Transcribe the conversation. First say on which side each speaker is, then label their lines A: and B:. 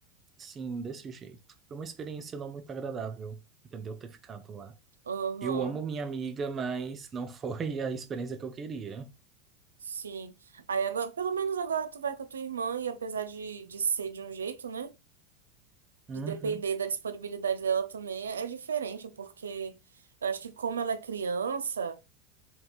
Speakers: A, on the right; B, on the right.
A: Sim, desse jeito. Foi uma experiência não muito agradável, entendeu? Ter ficado lá.
B: Uhum.
A: Eu amo minha amiga, mas não foi a experiência que eu queria.
B: Sim. Aí agora, pelo menos agora tu vai com a tua irmã, e apesar de, de ser de um jeito, né?
A: Uhum,
B: de depender da disponibilidade dela também é é diferente, porque eu acho que como ela é criança,